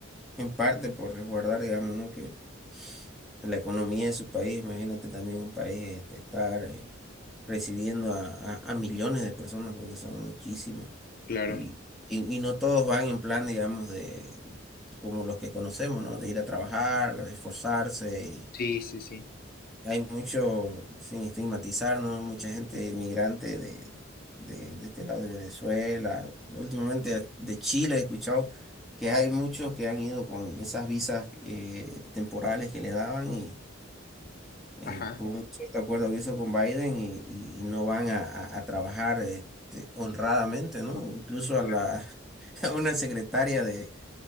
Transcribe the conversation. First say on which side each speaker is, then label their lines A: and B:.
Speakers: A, in the centre; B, on the left.
A: en parte por resguardar, digamos, ¿no? que la economía de su país, imagínate también un país este, estar eh, recibiendo a, a- a millones de personas, porque son muchísimas,
B: Claro.
A: y, y, y no todos van en plan, digamos, de como los que conocemos, ¿no? De ir a trabajar, de esforzarse
B: Sí, sí, sí.
A: Hay mucho, sin estigmatizar, ¿no? Mucha gente inmigrante de, de, de este lado de Venezuela. Últimamente de Chile he escuchado que hay muchos que han ido con esas visas eh, temporales que le daban y eh,
B: Ajá,
A: por un cierto acuerdo que hizo con Biden y, y no van a, a- a trabajar este, honradamente, ¿no? Incluso a
B: claro.
A: la <laughs> a una secretaria de